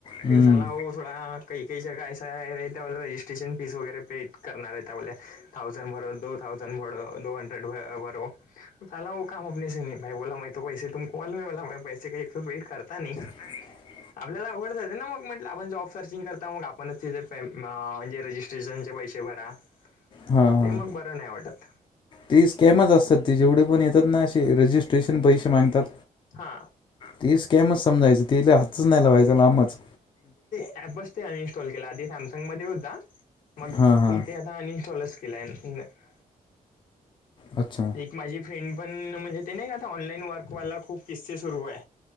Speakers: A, on the left; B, on the left.
A: हं,
B: फिर साला ओ थोडा काही काही जगा असा आहे त्याला रजिस्ट्रेशन फीस वगैरे पे करणार आहे त्या बोल्या. थाउजंड भर दो थाउजंड भर दो हंड्रेड भरो साला हो काम आपनेसी नहीं हो पाया, बोला म तो पैसे तुम कॉल म बोला पैसे काहीथ वेट करता नाही.
A: <unintelligible>
B: आपल्याला अवघड जाते ना मग. म्हटलं आपण जॉब सर्चिंग करता मग. आपणच तेजे पेम म्हणजे रजिस्ट्रेशनचे पैसे भरा.
A: हा हा
B: ते मग बरं नाही वाटत.
A: ते स्कॅमच असतात. ते जेवढे पण येतात ना, असे रजिस्ट्रेशन पैसे मागतात.
B: हा.
A: ती स्कॅमच समजायच. तिला हातच नाही लावायचं लामच.
B: ऍपच ते अनइन्स्टॉल केला. आधी सॅमसंग मध्ये होता. मग
A: हा हा
B: इथे अनयुनस्टॉलच केलाय. अन् <unintelligible>
A: अच्छा.
B: माझी फ्रेंड पण, म्हणजे ते नाही आता, ऑनलाईन वर्कवाला खूप किस्से सुरूय.